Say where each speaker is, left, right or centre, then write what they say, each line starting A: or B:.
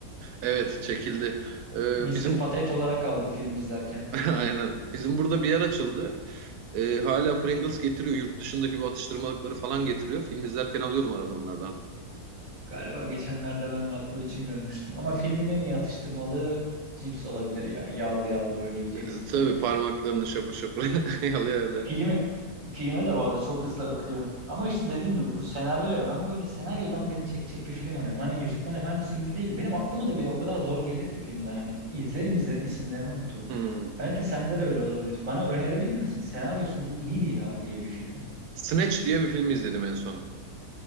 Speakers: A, on the right (about 85°); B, on the right (about 55°).
A: Evet çekildi. E,
B: Mr.
A: bizim
B: Patate olarak aldık film izlerken.
A: <laughs> aynen bizim burada bir yer açıldı. E, hala Pringles getiriyor yurt dışındaki bu atıştırmalıkları falan getiriyor. Film izlerken alıyorum arada onlardan.
B: Galiba geçenlerde ben makro için görmüştüm. Ama filmin en iyi atıştırmalığı cips olabilir ya. Yağlı yağlı böyle yiyeceksin.
A: E, Tabii parmaklarını şapır şapır <laughs> yalıyor öyle.
B: Filme, filme de bağlı çok hızlı akıyor. Ama işte dediğim gibi bu senaryo ya ben böyle senaryodan beni çekecek bir film arıyorum. Hani Yüzüklerin Efendisi gibi değil. Benim aklıma da bir de o kadar zor gelir ki filmler. Hani izlerim izlerim isimlerini unuturum.
A: Hmm.
B: Belki sende de öyle olabilir. Bana önerebilir misin? Senaryosu bu iyiydi ya diye bir film.
A: Snatch diye bir film izledim en son.